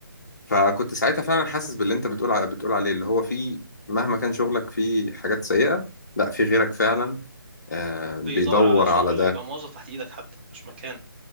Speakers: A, on the left; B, on the right.
A: فكنت ساعتها فعلا حاسس باللي انت بتقول ع- بتقول عليه اللي هو في مهما كان شغلك في حاجات سيئه لا في غيرك فعلا آه
B: بيدور
A: بيدور
B: على شغل
A: على ده
B: يبقى موظف تحت ايدك حتى مش مكانك